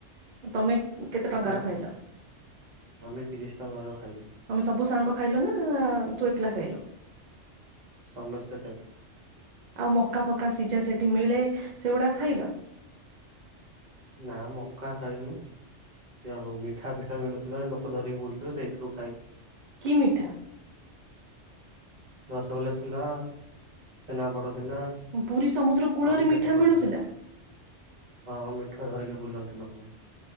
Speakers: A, on the right (about 55°); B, on the right (about 40°).
A: ତମେ କେତେ
B: ଟିକେ
A: ଟଙ୍କା ର ଖାଇଲ?
B: ଆମେ ତିରିଶ ଟଙ୍କାର ଖାଇଲୁ।
A: ତମେ ସବୁ ସାଙ୍ଗ ଖାଇଲ ନା ତୁ ଏକଲା ଖାଇଲୁ?
B: ସମସ୍ତେ ଖାଇଲୁ।
A: ଆଉ ମକା ଫକା ସିଝା ସେଠି ମିଳେ ସେଗୁଡା ଖାଇଲ।
B: ନା ମକା ଖାଇନୁ। ଜା ଆଉ ମିଠା ଫିଠା ମିଳୁଥିଲା ଲୋକ ଧରିକି ବୁଲୁଥିଲେ ସେଇ ସବୁ ଖାଇଲୁ।
A: କି ମିଠା?
B: ରସଗୋଲା ଥିଲା ଛେନା ପୋଡ଼ ଥିଲା।
A: ପୁରୀ ସମୁଦ୍ର କୂଳରେ
B: ଆହୁରି କେତେ
A: ମିଠା
B: କଣ
A: ମିଳୁଥିଲା?
B: ଥିଲା ହଁ, ମିଠା ଧରିକି ବୁଲନ୍ତି ଲୋକମା।